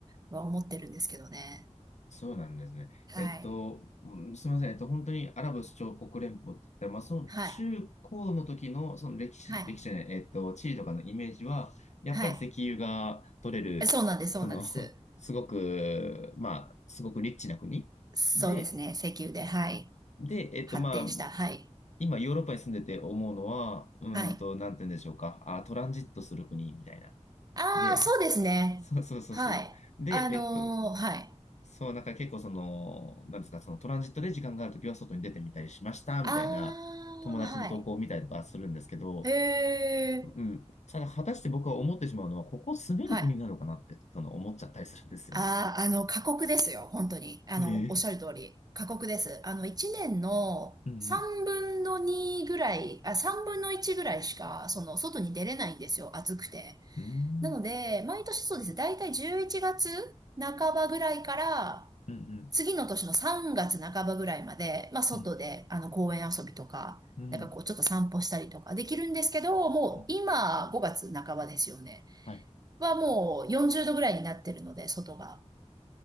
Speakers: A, on the right; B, on the left.
A: は思ってるんですけどね。
B: そうなんですね。
A: はい。
B: えっと、うんすみません。えっと、本当にアラブ首長国連邦って言ったら、まあ、その中高の時の、
A: はい。
B: その歴史、
A: はい。
B: 歴史じゃない、えっと、地理とかのイメージは、やっぱり石油が取れる、
A: はい。そうなんです、そうなんです。
B: その、<laughs> すごく、まあ、すごくリッチな国で、
A: そうですね、石油で、はい。
B: で、えっと、
A: 発展した、
B: まあ、
A: はい。
B: 今、ヨーロッパに住んでて思うのは、うーんと、
A: はい。
B: なんて言うんでしょうか。あ、トランジットする国みたいな。
A: ああ、
B: で、
A: そうですね。
B: そうそうそうそう。
A: はい。
B: で、
A: あのーはい。
B: えっと、そう、なんか結構その、なんですか、そのトランジットで時間があるときは外に出てみたりしました、
A: ああ、
B: みたいな友達の投稿を見たりとかするんですけど、
A: はい。へえ、
B: うん。ただ、果たして僕は思ってしまうのは、ここ住める国なのかなって、
A: はい。
B: その思っちゃったりするんですよね。
A: ああ、あの、過酷ですよ、本当に。あの、
B: へえ。
A: おっしゃる通り。過酷です。あの、1年の3分の2ぐらい、
B: うん
A: あ、3分の1ぐらいしか、その、外に出れないんですよ、暑くて。
B: うん。うーん。
A: なので、毎年そうです。だいたい11月半ばぐらいから、
B: うんうん。
A: 次の年の3月半ばぐらいまで、まあ外で、
B: うん
A: あの公園遊びとか、
B: うん。
A: なんかこうちょっと散歩したりとかできるんですけど、もう今5月半ばですよね。
B: うんはい。
A: はもう40度ぐらいになってるので、外が。